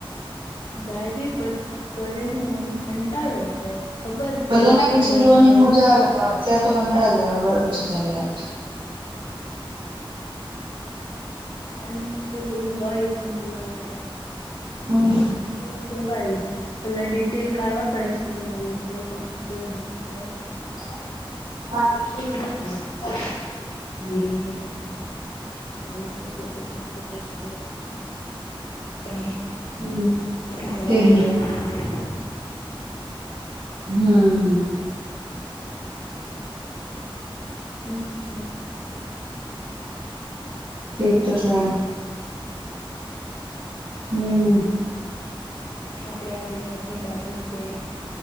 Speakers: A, on the left; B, on the right.
A: જાયબી પર કરે હું એમ કંટાળો આવે. ખબર
B: પેલા
A: કે
B: ના પીકચર
A: કઈ
B: જોવાની
A: હોય
B: એમ મજા
A: નહી
B: આવે, પણ અત્યારે તો કંટાળા જ આવે બરોબર છે તારી વાત
A: એમ કોઈ એવું હોય એમ જોવા લાયક
B: હમ.
A: તો જવાઈ, પેલા ડિટેલ કાઢવા પડે, શું મૂવી છે, કોણ છે શું છે,
B: <inaudible> <unintelligible>
A: <inaudible> <unintelligible> <inaudible> <unintelligible>
B: હમ.
A: નવા
B: તેજ
A: હીરો
B: ને
A: આવી ગયા,
B: હમ.
A: <inaudible> <unintelligible>
B: તે તો છે, હમ
A: આપણા <inaudible> ની બારનું જોઈએ.